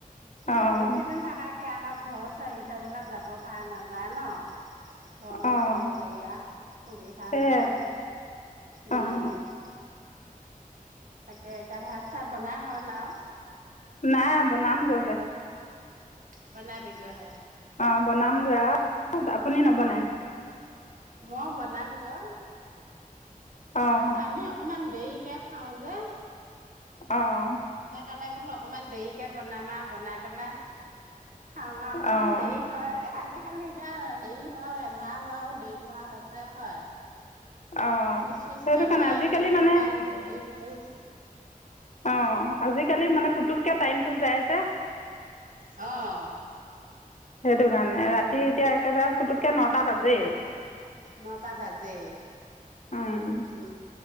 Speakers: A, on the right (about 65°); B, on the left (about 55°).
A: এনে
B: অঁ
A: বেছি দিন থাকাকে আকৌ ঘৰ চ এই থৈ পেলাই যাব পৰা নাযায় ন। ঘৰ
B: অঁ
A: অকল সৰীয়া সুবিধা
B: সেয়াই
A: নহয় উ,
B: অঁ
A: - উ তাকে এতিয়া ভাত চাত বনাই হ'ল আও।
B: নাই বনাম গৈহে।
A: বনাবি গৈহে।
B: অ' বনামগৈ আও আপুনি নবনায়?
A: ম বনাম গৈ।
B: অ'।
A: আমি অকমান দেৰিকে খাও যে।
B: অ'।
A: সেইকাৰণে বোলো অকনমান দেৰিকে বনাম আৰু বনাই পেলাই - খাৱা অকমান
B: অঁ
A: দেৰি হয় আজি। আজিকালি এতিয়া হেৰি হোৱাও এন্ধা হোৱাও দেৰি হোৱা আছে হয়।
B: অঁ
A: খোজ চোজ
B: সেইটো
A: কাঢ়ি
B: কাৰণে আজিকালি
A: আহিও অকমান
B: মানে
A: বহি কৰি -
B: অ' আজিকালি মানে পুতুককে টাইমটো যায় যে -
A: অ'।
B: হেইটো কাৰণে ৰাতি এতিয়া একেবাৰে পুতুককে নটা বাজেই।
A: নটা বাজেই
B: অঁ
A: উ।